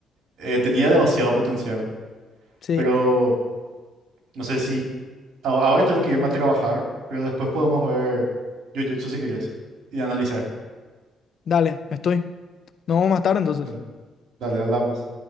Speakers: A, on the right; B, on the left.
A: eh, tenía demasiado potencial,
B: Sí,
A: pero no sé si a- ahora tengo que irme a trabajar, pero después podemos ver Jujutsu si quieres y analizar.
B: dale, estoy. Nos vemos más tarde entonces.
A: Dale, dale, hablamos.